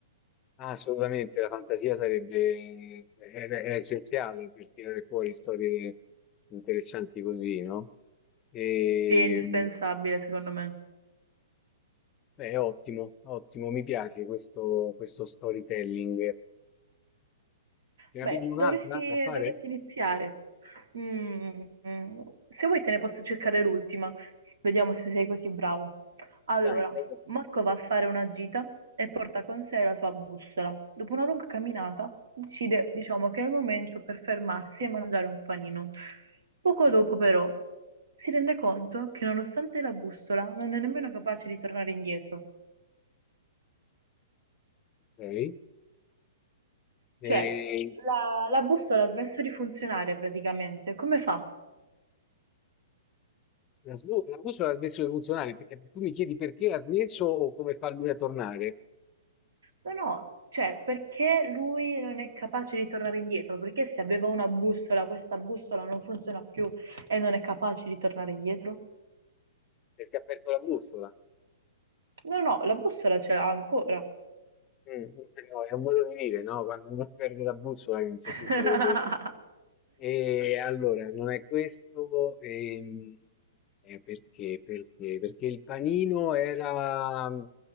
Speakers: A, on the left; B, on the right.
A: Ah, assolutamente, la fantasia sarebbe è, è essenziale per tirare fuori storie interessanti così, no? E,
B: Sì, è indispensabile, secondo me.
A: Beh, ottimo, ottimo, mi piace questo, questo storytelling. Ce ne
B: Beh,
A: abbiamo un'altra
B: dovresti,
A: da fare?
B: dovresti iniziare. Mm, mm. Se vuoi te ne posso cercare l'ultima. Vediamo se sei così bravo. Allora,
A: Dai, proviamo.
B: Marco va a fare una gita e porta con sé la sua bussola. Dopo una lunga camminata, decide, diciamo, che è il momento per fermarsi e mangiare un panino. Poco dopo, però, si rende conto che nonostante la bussola non è nemmeno capace di tornare indietro.
A: ok.
B: Cioè,
A: E
B: la, la bussola ha smesso di funzionare praticamente. Come fa?
A: la, smu- la bussola ha smesso di funzionare. Perché Tu mi chiedi perché ha smesso o come fa lui a tornare?
B: No, no, cioè perché lui non è capace di tornare indietro? Perché se aveva una bussola, questa bussola non funziona più e non è capace di tornare indietro?
A: Perché ha perso la bussola.
B: No, no, la bussola ce l'ha ancora.
A: Mh, eh no, è un modo di dire, no, quando uno perde la bussola che non sa
B: <laughs>
A: più quello che deve fare. E allora, non è questo, ehm, eh, perché perché perché il panino era